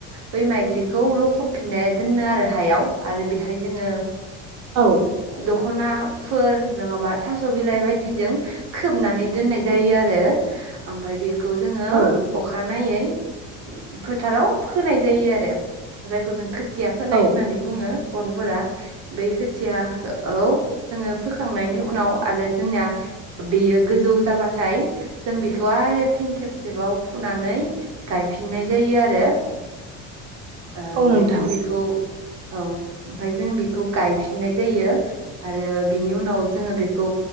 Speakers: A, on the right; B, on the right.
A: बै माइग्लिखौ लखबफिनना दोनो आरो गाहायाव आरो बेहाय जोङो
B: औ
A: दख'नाफोर नङाबा थास' बिलाइ बायदिजों खोबनानै दोननाय जायो आरो ओमफ्राय बेखौ जोङो
B: औ
A: अखानायै फोथाराव फोनाय जायो आरो जायखौ जों खोथिया फोनाय
B: औ
A: होननानै बुङो बर'फोरा बै खोथियाखौ जोङो फोखांनायनि उनाव आरो जोंना बेयो गोजौ जाबाथाय जों बेखौ आरो फिन खेबसेबाव फुनानै गायफिननाय जायो आरो
B: <inaudible>
A: ओमफ्राय
B: औ नोंथां
A: जों बेखौ औ ओमफ्राय जों बेखौ गायफिननाय जायो आरो बिनि उनाव जोङो बेखौ